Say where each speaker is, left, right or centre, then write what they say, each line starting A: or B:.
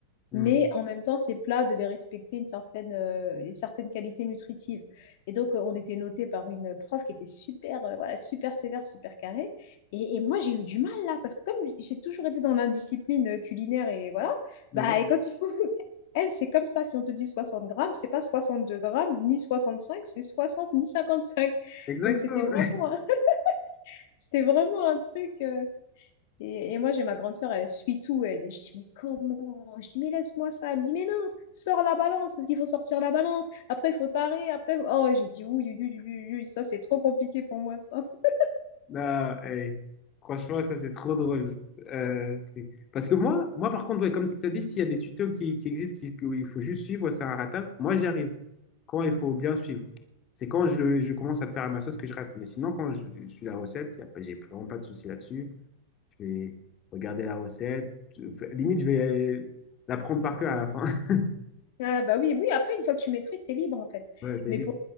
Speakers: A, on the left; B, on the left.
A: Mm.
B: mais en même temps, ces plats devaient respecter une certaine, euh, une certaine qualité nutritive. Et donc, euh, on était noté par une prof qui était super, euh, voilà, super sévère, super carrée. Et, et moi, j'ai eu du mal là, parce que comme j'ai toujours été dans l'indiscipline euh, culinaire et voilà,
A: Ouais,
B: bah, et quand il faut. <laughs> Elle, c'est comme ça. Si on te dit 60 grammes, c'est pas 62 grammes, ni 65, c'est 60, ni 55.
A: exactement.
B: Donc, c'était vraiment,
A: <laughs>
B: <laughs> c'était vraiment un truc. Euh... Et, et moi, j'ai ma grande sœur, elle suit tout. Elle, et je dis, mais comment? Je dis, mais laisse-moi ça. Elle me dit, mais non, sors la balance, parce qu'il faut sortir la balance. Après, il faut tarer. Après, oh, j'ai dit, oui, oui, oui, oui, oui, ça, c'est trop compliqué pour moi, ça. <laughs>
A: Non, hey, franchement, ça c'est trop drôle. Euh, truc. Parce que moi, moi par contre, ouais, comme tu t'as dit, s'il y a des tutos qui, qui existent, qui- que- où il faut juste suivre, ouais, c'est un ratable, moi j'y arrive. Quand il faut bien suivre. C'est quand je, le- je commence à le faire à ma sauce que je rate. Mais sinon, quand je, je suis la recette, y a pas- j'ai vraiment pas de souci là-dessus. Je vais regarder la recette. Je- Limite, je vais la prendre par cœur à la fin. <laughs>
B: Ah, bah oui, oui, après, une fois que tu maîtrises, t'es libre, en fait.
A: Ouais, t'as
B: Mais
A: dit.
B: pour